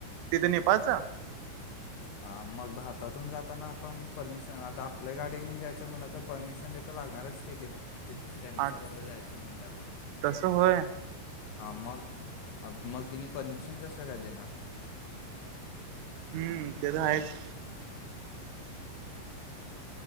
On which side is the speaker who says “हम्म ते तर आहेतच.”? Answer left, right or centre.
Right